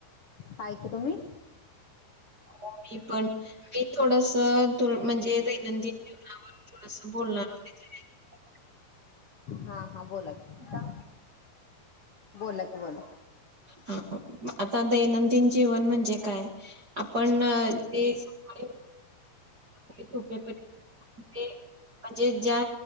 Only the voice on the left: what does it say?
हाई कि तुम्ही?
हा हा बोला की
बोला कि बोला.